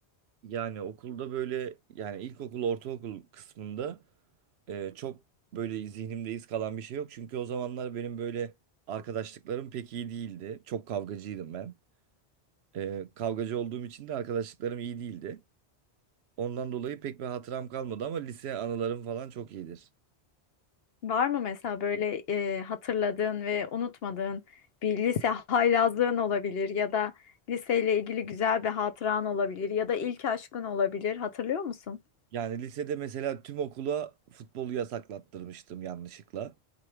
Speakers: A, on the right; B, on the left.
A: Yani okulda böyle yani ilkokul, ortaokul kısmında e, çok böyle zihnimde iz kalan bir şey yok. Çünkü o zamanlar benim böyle arkadaşlıklarım pek iyi değildi. Çok kavgacıydım ben. E, kavgacı olduğum için de arkadaşlıklarım iyi değildi. Ondan dolayı pek bir hatıram kalmadı ama lise anılarım falan çok iyidir.
B: Var mı mesela böyle e, hatırladığın ve unutmadığın bir lise haylazlığın olabilir ya da liseyle ilgili güzel bir hatıran olabilir ya da ilk aşkın olabilir. Hatırlıyor musun?
A: Yani lisede mesela tüm okula futbolu yasaklattırmıştım yanlışlıkla.